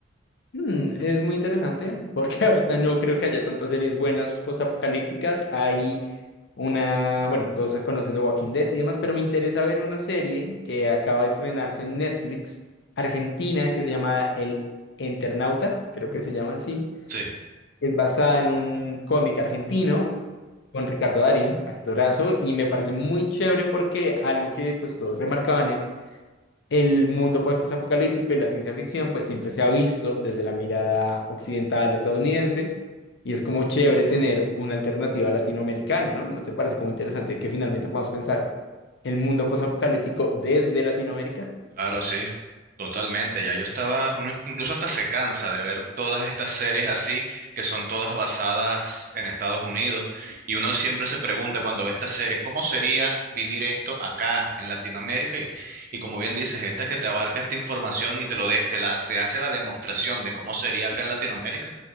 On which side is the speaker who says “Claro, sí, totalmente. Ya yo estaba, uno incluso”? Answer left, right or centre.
Right